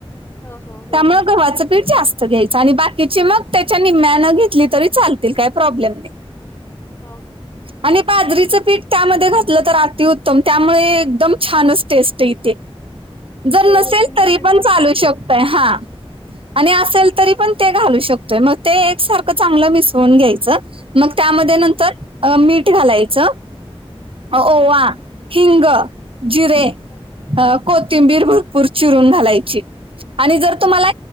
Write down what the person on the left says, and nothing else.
हा हा होय
हा हा
<unintelligible>
होय. तुम्ही
म्हटलेला.
होय.
हां,
हां.
हां,
हां,
हां,